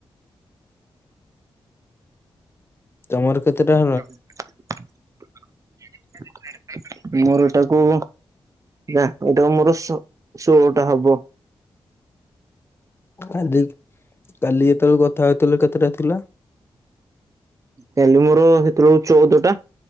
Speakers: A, on the left; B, on the right.
A: ତମର କେତେ ଟା?
B: <unintelligible> ମୋର ଏଟାକୁ ନା ଏଇଟାକୁ ମୋର ଶୋଳଟା ହବ।
A: କାଲି କାଲି ଯେତେବେଳେ କଥା ହେଉଥିଲୁ କେତେଟା ଥିଲା?
B: କାଲି ମୋର ସେତେବେଳକୁ ଚଉଦ ଟା।